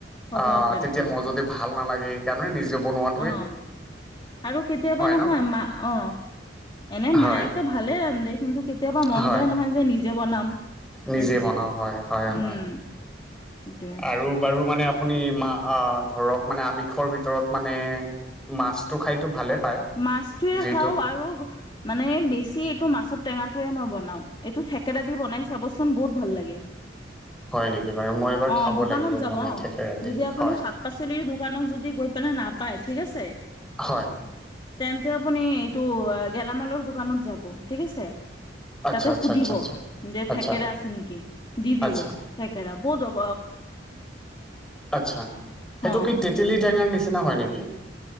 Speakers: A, on the left; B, in the centre.
A: হ'বও
B: অ
A: পাৰে
B: তেতিয়া
A: অ',
B: মোৰ যদি ভাল নালাগে এই কাৰণে নিজে বনোৱাত।
A: অ আৰু কেতিয়াবা নহয়
B: ন
A: মা অ এনে
B: হয়
A: মায়েতো। ভালে ৰান্ধে কিন্তু কেতিয়াবা মন
B: হয়
A: যায় নহয় যে নিজে বনাম। সেইটোৱে
B: নিজে বনাওঁ হয় হয়
A: উম
B: হয়
A: সেইটোৱে।
B: আৰু বাৰু মানে আপুনি মা অ ধৰক মানে আমিষৰ ভিতৰত মানে মাছটো খাইটো ভালে পায়
A: মাছটোৱে
B: যিহেতু
A: খাওঁ আৰু মানে বেছি এইটো মাছৰ টেঙাটোৱে মই বনাওঁ। এইটো থেকেৰা দি বনাই চাবছোঁন বহুত ভাল লাগে।
B: হয় নিকি বাৰু মই এবাৰ
A: অ
B: খাব
A: দোকানত
B: লাগিব
A: যাব
B: বনাই
A: অ
B: থেকেৰা দি
A: যদি আপুনি
B: হয়
A: শাক- পাচলিৰ দোকানক যদি গৈ পেলাই নাপায় ঠিক আছে
B: হয়।
A: তেন্তে আপুনি এইটো গেলামালৰ দোকানত যাব ঠিক আছে।
B: আচ্ছা
A: তাতে
B: আচ্ছা
A: সুধিব
B: আচ্ছা আচ্ছা
A: যে
B: আচ্ছা
A: থেকেৰা আছে নিকি দি
B: আচ্ছা
A: দিব থেকেৰা বৌ দক
B: আচ্ছা সেইটো
A: হ
B: কি তেতেলী টেঙাৰ নিচিনা হয়, নিকি।